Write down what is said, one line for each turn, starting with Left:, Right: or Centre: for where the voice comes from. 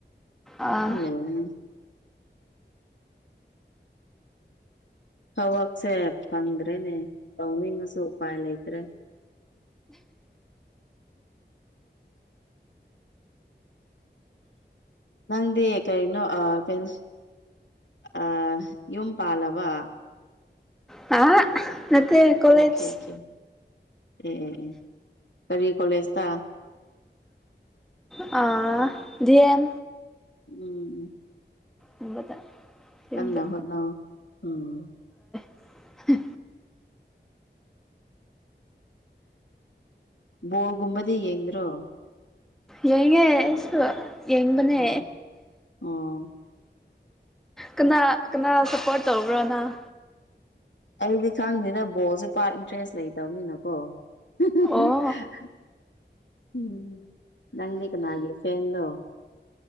Centre: ꯑꯥ
Left: ꯎ ꯂꯩꯕꯅꯦ ꯊꯕꯛꯁꯦ ꯐꯪꯗ꯭ꯔꯦꯅꯦ ꯇꯧꯅꯤꯡꯉꯁꯨ ꯎꯄꯥꯏ ꯂꯩꯇ꯭ꯔꯦ ꯅꯪꯗꯤ ꯀꯩꯅꯣ ꯑ ꯀꯩ ꯑ ꯌꯨꯝ ꯄꯥꯂꯕ
Centre: ꯑ ꯅꯇꯦ ꯀꯣꯂꯦꯖ
Left: ꯑꯣꯀꯦ ꯑꯣꯀꯦ ꯑꯦ ꯑꯦ ꯑꯦ ꯀꯔꯤ ꯀꯣꯂꯦꯖꯇ
Centre: ꯑ ꯗꯦꯝ
Left: ꯎꯝ
Centre: ꯒꯨꯝꯕꯗ
Left: ꯀꯟꯅ
Centre: ꯌꯨꯝꯗ
Left: ꯍꯣꯠꯅꯧ ꯎꯝ
Centre: ꯍ
Left: ꯕꯣꯜꯒꯨꯝꯕꯗꯤ ꯌꯦꯗ꯭ꯔꯣ
Centre: ꯌꯦꯡꯉꯦ ꯑꯩꯁꯨ ꯌꯦꯡꯕꯅꯦ
Left: ꯑꯣ ꯑꯣ
Centre: ꯀꯅꯥ ꯀꯅꯥ ꯁꯞꯄꯣꯔꯠ ꯇꯧꯕ꯭ꯔ ꯅꯪ
Left: ꯑꯩꯗꯤ ꯈꯪꯗꯦꯗ ꯕꯣꯜꯁꯦ ꯄꯥꯛ ꯏꯟꯇ꯭ꯔꯦꯁ ꯂꯩꯇꯕꯅꯤꯅꯀꯣ ꯍꯍꯍ
Centre: ꯑꯣ
Left: ꯎꯝ ꯅꯪꯗꯤ ꯀꯅꯥꯒꯤ ꯐꯦꯟꯅꯣ